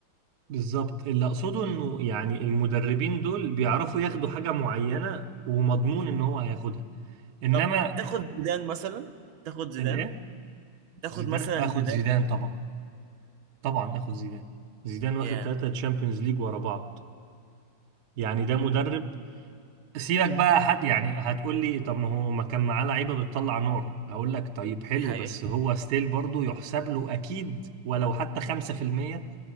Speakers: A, on the right; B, on the right.
A: بالظبط اللي اقصده انه يعني المدربين دول بيعرفوا ياخدوا حاجة معينة ومضمون ان هو هياخدها انما
B: طب تاخد زيدان مثلا تاخد زيدان
A: الايه
B: تاخد
A: زيدان
B: مثلا
A: اخد
B: زيدان
A: زيدان طبعا طبعا اخد زيدان زيدان واخد
B: يا
A: ثلاثة تشامبيونز ليج ورا بعض يعني ده
B: امم
A: مدرب سيبك بقى حد يعني هتقول لي طب ما هو ما كان معاه لعيبة بتطلع نار هقول لك طيب حلو
B: دي حقيقة
A: بس هو ستيل برضه يحسب له اكيد ولو حتى 5%